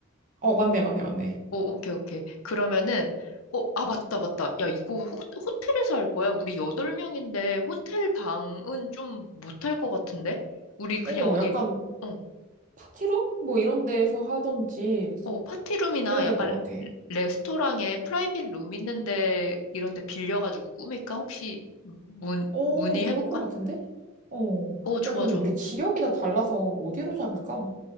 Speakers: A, on the right; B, on the left.
A: 어, 맞네, 맞네, 맞네.
B: 오, 오케이, 오케이. 그러면은 어, 아, 맞다, 맞다. 야, 이거 호, 호텔에서 할 거야? 우리 여덟 명인데 호텔 방은 좀 못 할 것 같은데? 우리 그냥
A: 어,
B: 어디
A: 약간
B: 어.
A: 파티룸? 뭐 이런 데에서 하던지
B: 어, 파티룸이나
A: 그래야 될
B: 약간
A: 것 같아.
B: 레스토랑에 프라이빗 룸 있는데 이런 데 빌려가지고 꾸밀까? 혹시 문,
A: 어,
B: 문의해볼까?
A: 좋을 것 같은데? 어.
B: 어, 좋아,
A: 야, 근데
B: 좋아.
A: 우리 지역이 다 달라서 어디로 잡을까?